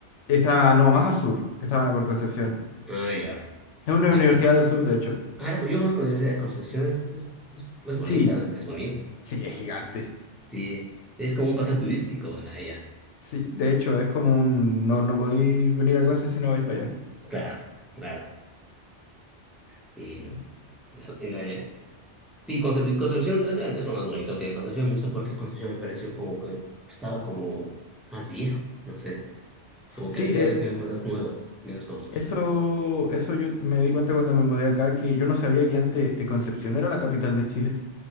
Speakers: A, on the left (about 80°); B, in the centre.
A: Está, no, más al sur, está por Concepción.
B: Ah, ya.
A: Es una
B: Ah,
A: universidad del sur, de hecho.
B: Claro, pues yo conozco la Universidad de Concepción, es, es, es- es bonita,
A: Sí,
B: es bonita.
A: sí, es gigante.
B: Sí, es como un paseo turístico allá.
A: Sí, de hecho, es como un, no, no podéis venir a Conce si no vais para allá.
B: Claro, claro. Sí,
A: Sí,
B: la- en la- sí Concep- Concepción es, es lo más bonito que Concepción. No sé por qué Concepción me pareció como que estaba como más viejo, no sé. Como
A: sí,
B: que la ciudad
A: eh,
B: de las viejas más nuevas, menos Concepción.
A: Eso, eso yo me di cuenta cuando me mudé acá, que yo no sabía que antes eh, Concepción era la capital de Chile.